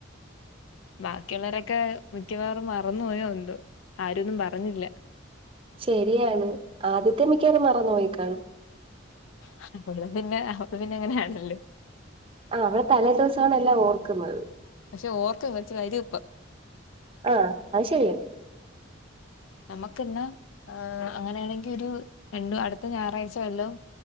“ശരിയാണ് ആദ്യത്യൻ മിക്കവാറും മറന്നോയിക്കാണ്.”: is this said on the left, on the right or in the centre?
Right